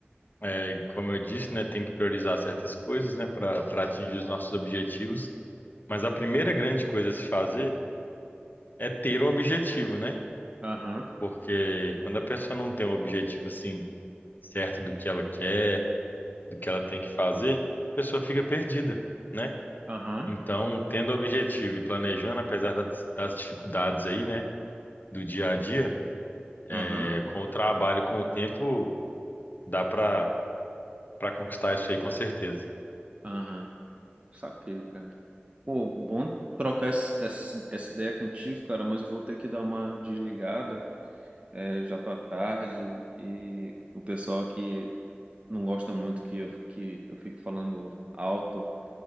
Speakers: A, on the left; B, on the right.
A: é, como eu disse, né, tem que priorizar certas coisas, né, para para atingir os nossos objetivos. Mas a primeira grande coisa a se fazer é ter um objetivo, né?
B: Aham,
A: Porque quando a pessoa não tem um objetivo assim certo do que ela quer, do que ela tem que fazer, a pessoa fica perdida, né?
B: aham,
A: Então, tendo objetivo e planejando, apesar das das dificuldades aí, né, do dia a dia, é,
B: aham,
A: com o trabalho, com o tempo, dá para para conquistar isso aí com certeza.
B: aham. Saquei, cara. Pô, bom trocar esse- essa, essa ideia contigo, cara, mas eu vou ter que dar uma desligada. É, já tá tarde e o pessoal aqui não gosta muito que eu, que eu fico falando alto